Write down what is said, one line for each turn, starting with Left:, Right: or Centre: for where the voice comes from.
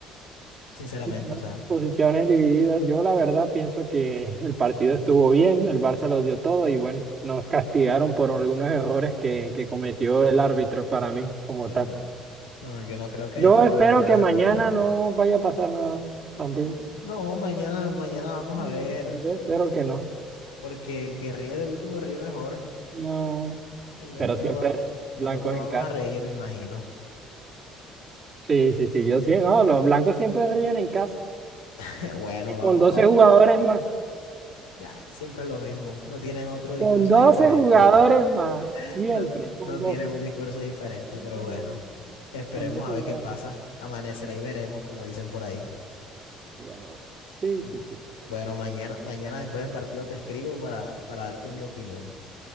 Left: sinceramente,
Right: No,
Left: o sea,
Right: Posiciones divididas. Yo la verdad pienso que el partido estuvo bien, el Barça lo dio todo y bueno, nos castigaron por algunos errores que, que cometió el árbitro para mí como
Left: mm,
Right: tal.
Left: no, yo no creo que
Right: Yo
Left: fueron
Right: espero
Left: errores
Right: que
Left: arbitrales,
Right: mañana no
Left: pero
Right: vaya a pasar nada también.
Left: mm, no, mañana, mañana vamos
Right: Mm,
Left: a ver,
Right: Yo espero que no.
Left: porque el que ríe de último ríe mejor
Right: No,
Left: y nosotros
Right: pero siempre
Left: vamos,
Right: blancos
Left: nosotros vamos
Right: en casa.
Left: a reír, me imagino.
Right: Sí, sí, sí, yo sí, no, los blancos siempre ríen en casa.
Left: <laughs> Bueno,
Right: Y con
Left: vamos,
Right: 12
Left: vamos,
Right: jugadores más.
Left: ah, siempre es lo mismo, no tienen otro discurso
Right: Con 12
Left: diferente,
Right: jugadores más.
Left: <laughs>
Right: Siempre,
Left: no,
Right: con
Left: no
Right: doce
Left: tienen un discurso diferente,
Right: Mm,
Left: pero bueno, esperemos
Right: Con 12
Left: a ver
Right: jugadores.
Left: qué pasa, amanecerá y veremos, como dicen por ahí.
Right: Bueno, sí,
Left: Bu-
Right: sí, sí.
Left: Bueno, mañana, mañana después del partido te escribo para, para darte mi opinión.